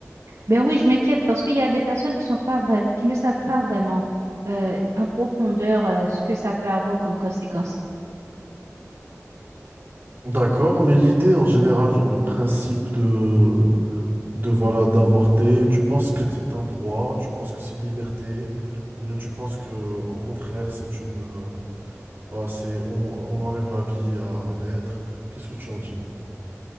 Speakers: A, on the right; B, on the right.
A: Ben oui, je m'inquiète parce qu'il y a des personnes qui sont pas vra- qui ne savent pas vraiment euh, en profondeur euh, ce que ça peut avoir comme conséquence.
B: D'accord, mais l'idée en général, genre le principe de, de voilà, d'avorter, tu penses que c'est un droit, tu penses que c'est une liberté, ou bien tu penses que au contraire, c'est une, euh, voilà, c'est, on, on enlève la vie à un être. Qu'est-ce que tu en dis?